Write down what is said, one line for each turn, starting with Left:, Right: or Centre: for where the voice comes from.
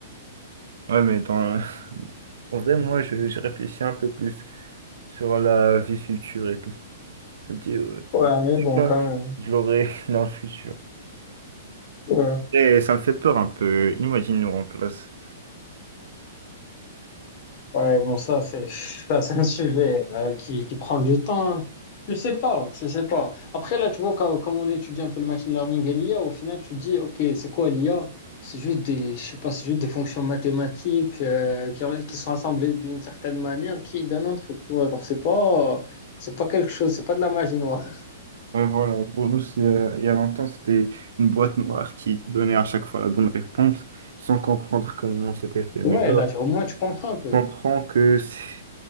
Right: Ouais, mais dans, En vrai, moi, je, je réfléchis un peu plus sur la vie future et tout. Je me dis, euh,
Left: Ouais,
Right: dans tous
Left: mais
Right: les
Left: bon,
Right: cas,
Left: quand même.
Right: je l'aurai <laughs> dans le futur.
Left: Ouais,
Right: Et ça me fait peur un peu. Imagine nous remplace.
Left: ouais, bon, ça, c'est ça, c'est un sujet euh, qui, qui prend du temps. Je sais pas, je sais pas. Après, là, tu vois, quand, comme on étudie un peu le machine learning et l'IA, au final, tu dis, OK, c'est quoi l'IA? C'est juste des, je sais pas, c'est juste des fonctions mathématiques euh, qui, qui sont assemblées d'une certaine manière qui donnent un truc, tu vois. Genre, c'est pas, c'est pas quelque chose, c'est pas de la magie noire.
Right: Ouais, voilà, pour nous, c'est- il y a longtemps, c'était une boîte noire qui donnait à chaque fois la bonne réponse sans comprendre comment c'était fait. Mais
Left: Ouais,
Right: là,
Left: là, au moins, tu comprends un peu.
Right: on comprend que c'est-